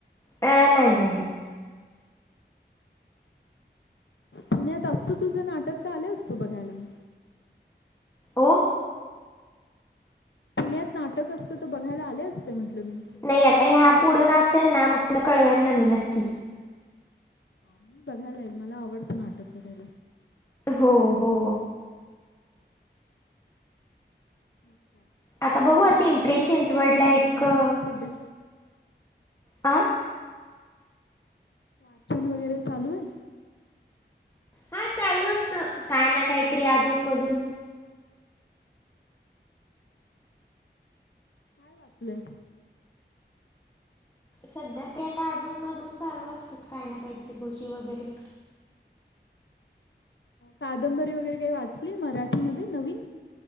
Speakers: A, on the left; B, on the left.
A: अ नाही नाही नाही.
B: पुण्यात असतं तुझं नाटक तर आलं असतं बघयला म.
A: ओ
B: पुण्यात नाटक असतं तर बघायला आले असते म्हटलं मी.
A: नाही आता हा बुडून असेल ना मग तुला कळवेन ना मी नक्की.
B: मी बघायला येईल मला आवडतं नाटक बघायला.
A: हो हो.
B: मग काय
A: आता
B: आणि
A: बघू
B: मग काय
A: पिंपरी
B: वाचन वगैरे
A: चिंचवडला
B: काही नाही चालू
A: एक
B: तुझ
A: अ,
B: सध्या.
A: आं.
B: वाचन वगैरे लू आहे.
A: हा चालू असत काय ना काहीतरी अधून मधून.
B: काय वाचलंय.
A: सध्या ते आता अजून मधून चालू असतात काय ना काही त्रि गोशी वगैरे.
B: कादंबरी वगैरे काही वाचली मराठीमध्ये नवीन.